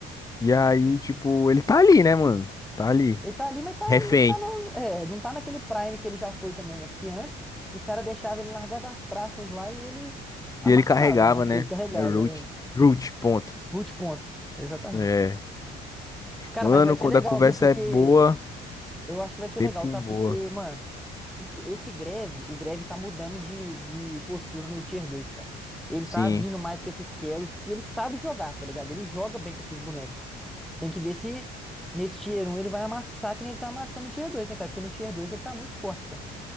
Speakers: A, on the left; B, in the centre.
A: E aí, tipo, ele tá ali, né, mano? Tá ali.
B: Ele tá ali, mas tá, não
A: Refém.
B: tá no, é, não tá naquele prime que ele já foi também, né? Porque antes os caras deixavam ele largar das traças lá e ele amassava,
A: E ele carregava,
B: né?
A: né?
B: Ele carregava.
A: É Root.
B: É.
A: Root, ponto.
B: Root ponto. Exatamente.
A: É.
B: Cara,
A: Mano,
B: mas vai ser
A: quando
B: legal,
A: a conversa
B: viu? Porque
A: é boa, o
B: eu acho que vai ser
A: tempo
B: legal, tá?
A: voa.
B: Porque, mano, o- esse Greve, o Greve tá mudando de, de postura no Tier dois, cara. Ele
A: Sim.
B: tá vindo mais com esses carries que ele sabe jogar, tá ligado? Ele joga bem com esses bonecos. Tem que ver se nesse Tier um ele vai amassar que nem ele tá amassando no Tier dois, né, cara? Porque no Tier dois ele tá muito forte, cara.